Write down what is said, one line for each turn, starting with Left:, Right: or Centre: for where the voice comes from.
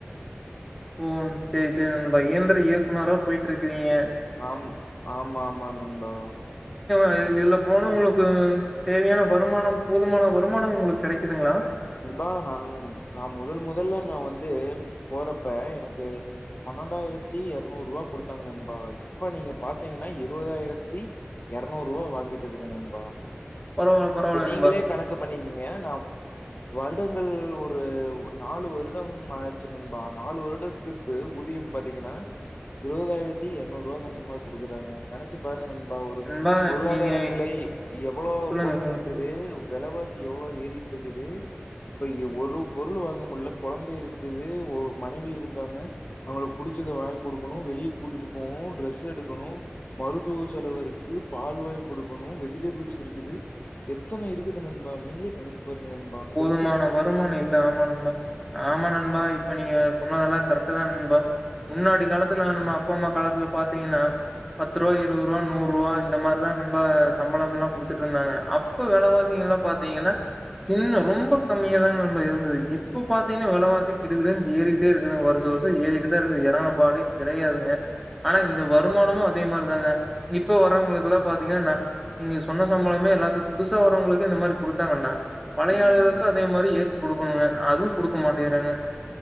Centre: ஓ சேரி சேரி நண்பா இயந்திர இயக்குனரா போய்ட்ருக்றீங்க
Left: ஆம் ஆம்மாமா நண்பா
Centre: அ இதுல்ல போனா உங்குளுக்கு தேவையான வருமானம் போதுமான வருமானம் உங்ளுக்கு கெடைக்குதுங்ளா
Left: ண்பா நானு நா மொதல் மொதல்ல நா வந்து போறப்ப எனக்கு பன்னெண்டாய்ரத்தி எரநூற்ருவா குடுத்தாங்க நண்பா இப்ப நீங்க பாத்தீங்கனா இருவதாயிரத்தி எரநூற்ருவா வாங்கிட்டு இருக்கே நண்பா
Centre: பரவால்ல பரவால்ல
Left: ப்ப நீங்களே
Centre: நண்பா
Left: கணக்கு பண்ணிக்ங்க நா வருடங்கள் ஒரு ஒ நாலு வருடம் ஆச்சு நண்பா நாலு வருடத்திற்கு ஊதியம் பாத்தீங்கன்னா இருவதாயிரத்தி எர்நூற்ருவா தா நண்பா குடுக்குறாங்க நெனச்சு பாருங் நண் பா ஒரு
Centre: நண்பா
Left: பொருளாதார
Centre: நீங்க
Left: நிலை எவ்ளோ
Centre: சொல்லுங்க
Left: போய்ட்ருக்குது வெலவாசி எவ்ளோ ஏறிட்டிருக்குது இப்ப எ ஒரு பொருள் வாங்க முல்ல கொழந்த இருக்குது ஒ மனைவி இருக்காங்க அவங்களுக் புடிச்சத வாங்கி குடுக்கணு வெளிய கூட்டிட்டு போணு ட்ரெஸ் எடுக்கணு மருத்துவ செலவு இருக்கு பால் வாய்ங் குடுக்கணு வெஜிடபிள்ஸ் இருக்குது எத்தன இருக்குது நண்பா நீங்ளே நெனச்சு பார்ங் நண்பா இத வெ
Centre: துமான வருமான இல்ல ஆமா நண்பா ஆமா நண்பா இப்ப நீங்க சொன்னதெல்லா கரெக்ட் தா நண்பா முன்னாடி காலத்துல நம்ம அப்பா அம்மா காலத்துல பாத்தீங்கன்னா பத்துருவா இருவ்ருவா நூறுவா இந்த மார்தா நண்பா சம்பளமல்லா குடுத்துட்ருந்தாங்க அப்ப வெலவாஸ் சிங்கல்லா பாத்தீங்கன்னா ரொம்ப கம்மியா தாங் நண்பா இருந்துது இப்ப பாத்தீங்னா வெலவாசி கிடுகிடுன் ஏறிட்டே இருக்குதுங் வருஷ வருஷோ ஏறிட்டுதா இருக்குது எறங்குன பாடே கெடையாதுங்க ஆனா இந்த வருமானமு அதே மார்தாங்க இப்ப வர்றவங்களுக்கெல்லா பாத்தீங்கனா ந நீங்க சொன்ன சம்பளமே எல்லாத்துக் புதுசா வரவங்களுக்கே இந்த மாரி குடுத்தாங்கன்னா பழையாளுகளுக்கு
Left: ம்.
Centre: அதே மாரி ஏத்தி குடு குனுங்க அதுவு குடுக்க மாட்டேகிறாங்க